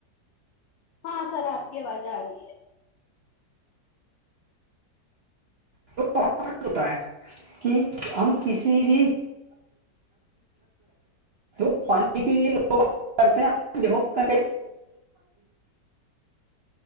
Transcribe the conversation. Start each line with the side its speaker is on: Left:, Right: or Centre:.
Left: ہاں سر آپ کی آوازیں آ رہی ہے
Right: تو ہوتا ہے کہ ہم کسی بھی تو پانی کے لوگ کرتے ہیں دیکھو <inaudible>